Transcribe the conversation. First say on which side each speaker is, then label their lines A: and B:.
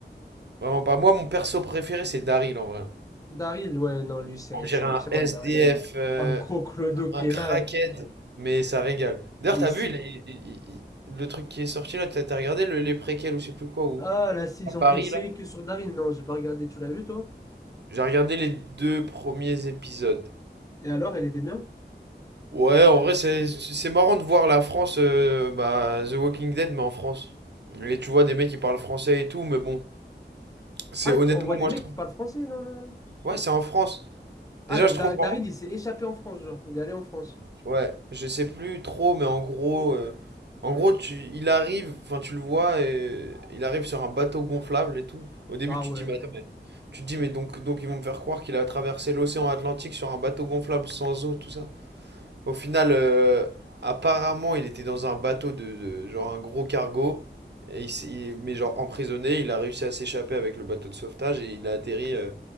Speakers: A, on the right; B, on the left.
A: vraiment pas. Moi, mon perso préféré, c'est Daryl en vrai.
B: Daryl, ouais, non, lui, c'est
A: On dirait
B: c'est un
A: un
B: pirate,
A: SDF,
B: Daryl.
A: euh,
B: Un gros clodo qui
A: un
B: est
A: crackhead,
B: là,
A: mais ça régale. D'ailleurs,
B: mais
A: t'as
B: c'est.
A: vu il est- il- il- il- le truc qui est sorti là, t'as t'as regardé le, les préquels ou je sais plus quoi, ou
B: Ah, là, si, ils
A: à Paris
B: ont fait une série
A: là?
B: que sur Daryl, non, j'ai pas regardé, tu l'as vu, toi?
A: J'ai regardé les deux premiers épisodes.
B: Et alors, elle était bien?
A: Ouais, en vrai, c'est c'est marrant de voir la France, euh, bah, The Walking Dead, mais en France. Et tu vois des mecs qui parlent français et tout, mais bon, c'est
B: Ah,
A: honnêtement,
B: tu- on voit des
A: moi
B: mecs
A: je trouve.
B: qui parlent français, non, non.
A: Ouais, c'est en France.
B: Ah,
A: Déjà,
B: donc
A: je trouve.
B: Da-
A: marrant.
B: Daryl, il s'est échappé en France, genre, il est allé en France.
A: Ouais, je sais plus trop, mais en gros, euh, en gros, tu, il arrive, enfin, tu le vois, et il arrive sur un bateau gonflable et tout. Au début,
B: Ah
A: tu
B: ouais.
A: te dis, mais attends, mais- tu te dis, mais donc, donc ils vont me faire croire qu'il a traversé l'océan Atlantique sur un bateau gonflable sans eau, tout ça. Au final, euh, apparemment, il était dans un bateau de, de- genre un gros cargo. Et il, s'est- il- mais genre emprisonné, il a réussi à s'échapper avec le bateau de sauvetage et il a atterri euh,